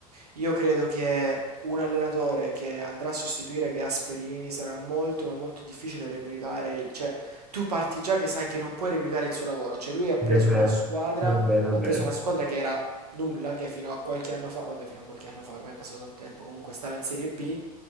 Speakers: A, on the right; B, in the centre.
A: io credo che un allenatore che andrà a sostituire Gasperini sarà molto, ma molto difficile replicare il, cioè, tu parti già che sai che non puoi replicare il suo lavoro, cioè lui ha preso
B: È vero,
A: una squadra,
B: è vero,
A: ha
B: è vero.
A: preso una squadra che era nulla, che fino a qualche anno fa, vabbè fino a qualche anno fa, ormai è passato tanto tempo, comunque stava in Serie B